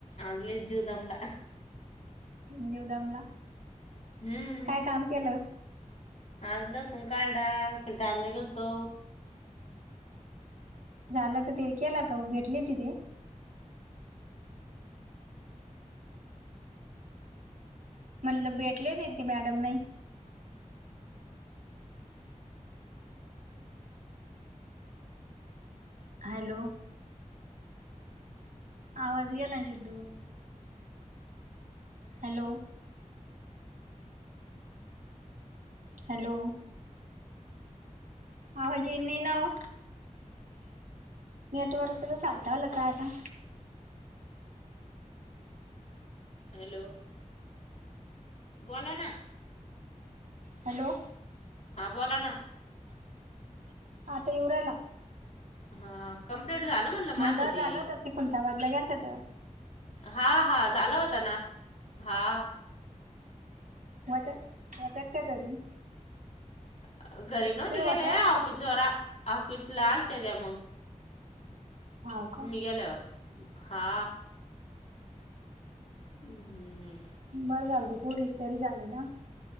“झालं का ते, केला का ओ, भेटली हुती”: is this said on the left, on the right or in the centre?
Right